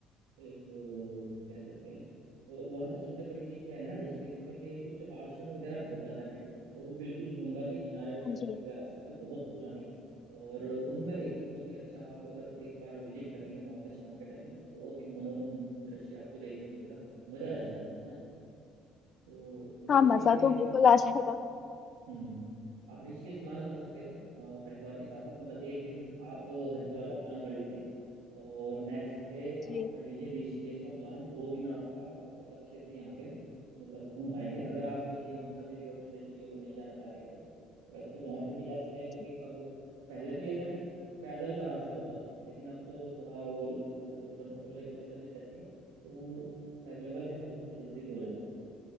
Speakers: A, on the right; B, on the left.
A: एक वो कह सकते हैं और वहाँ पे सबसे बड़ी चीज क्या है ना ऋषिकेश में कि कुछ आश्रम वगैरह बहुत ज्यादा हैं और वो बिल्कुल गंगा के किनारे पे बसे
B: जी
A: हुए आश्रम है बहुत पुराने और उनमें एक बहुत ही अच्छा आप अगर एक बार विजिट करेंगे वहाँ पे शाम के टाइम में तो बहुत ही मनोरम दृश्य आपको देखने को मिलेगा मजा आ जाता है वहाँ पे ना तो ऋषिकेश
B: हाँ मजा
A: भी
B: तो बिल्कुल आ जाएगा
A: हम्म आप ऋषिकेश प्लान कर सकते हो अ, हरिद्वार के साथ साथ मतलब एक दिन आप हरिद्वार का प्लान कर लीजिए और नेक्स्ट डे
B: जी
A: आप कर लीजिए ऋषिकेश को प्लान दो दिन आपका आप अच्छे से यहाँ पे मतलब घूम पाएंगे अगर आप ये मनसा देवी और चंडी देवी अगर नहीं जाना चाह रहे हैं तो वैसे तो वहां पर भी जा सकते हैं क्योंकि
B: जी
A: अब पहले तो ये था कि पैदल का रास्ता होता था लेकिन अब तो थोड़ा वो अ, जो उड़न खटोले वाली सर्विस रहती है तो वो अवेलेबल है तो उससे जल्दी भी हो जाता है काम